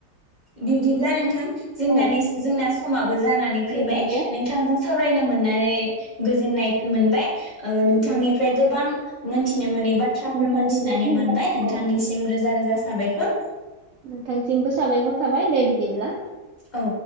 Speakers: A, on the left; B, on the right.
A: बिदिब्ला नोंथां जोंना
B: औ
A: जोंना समाब जानानै
B: औ
A: फैबाय
B: नंगौ
A: नोंथांजों सावरायनो मोननानै गोजोननाय मोनबाय ओ नोंथांनिफ्राय
B: दे
A: गोबां मोनथि थिनो मोनै बाथ्राफोर
B: नोंथांनिफ्रायबो
A: मोनथिनानै मोनबाय नोंथांनिसिम
B: औ औ
A: रोजा रोजा साबायखर
B: नोंथांसिमबो साबायखर थाबाय दे बिदिब्ला
A: औ।